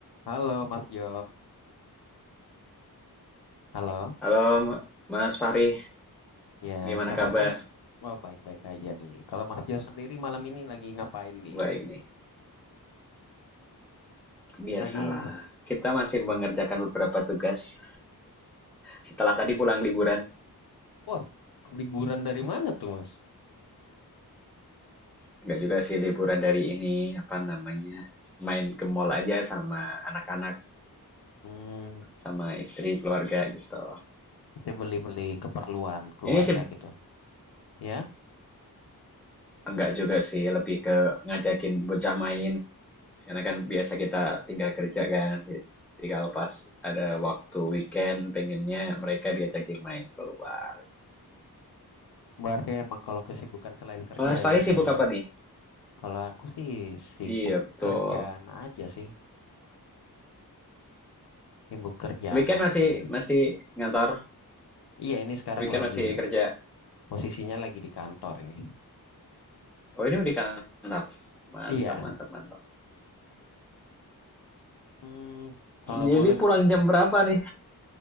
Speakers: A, on the left (about 80°); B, in the centre.
A: Halo Mas Jo, halo.
B: Halo Ma- Mas Fahri,
A: Ya,
B: gimana
A: kabarnya
B: kabar?
A: oh, baik-baik aja nih. Kalau Mas Jo sendiri malam ini lagi ngapain nih?
B: Baik nih, biasalah.
A: Lagi,
B: Kita masih mengerjakan beberapa tugas setelah tadi pulang liburan.
A: wah, liburan dari mana tuh Mas?
B: Enggak juga sih liburan dari ini, apa namanya, main ke mall aja sama anak-anak,
A: Hmm,
B: sama istri, keluarga gitu.
A: kita beli-beli keperluan keluarga
B: Ini sih
A: gitu. Ya,
B: enggak juga sih, lebih ke ngajakin bocah main. Karena kan biasa kita tinggal kerja kan. Jadi kalau pas ada waktu weekend, pengennya mereka diajakin main keluar.
A: berarti emang kalau kesibukan selain kerja
B: Mas Fahri
A: gitu
B: sibuk
A: ya.
B: apa nih?
A: Kalau aku sih sibuk
B: Iya betul.
A: kerjaan aja sih, sibuk kerjaan
B: Weekend
A: aja.
B: masih masih ngantor,
A: Iya, ini sekarang
B: weekend
A: lagi
B: masih kerja.
A: posisinya lagi di kantor ini.
B: Oh ini di kantor. Mantap,
A: Iya.
B: mantap, mantap.
A: Hmm, kalau
B: Jadi
A: boleh,
B: pulang jam berapa nih?